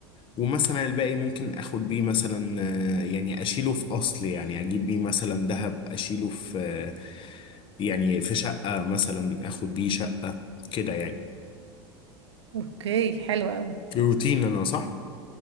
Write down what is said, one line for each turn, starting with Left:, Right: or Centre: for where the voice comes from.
Left: ومثلا الباقي ممكن اخد بيه مثلا آه، يعني اشيله في اصل يعني اجيب بيه مثلا ذهب اشيله في آه، يعني في شقة مثلا اخد بيه شقة كده يعني
Right: اوكي حلو قوي
Left: روتين انا صح؟